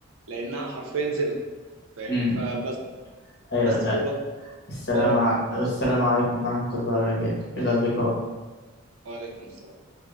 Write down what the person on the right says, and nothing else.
لأنها حرفيا زنا فاهم
فبس
بس
كده
لقاء
وعليكم السلام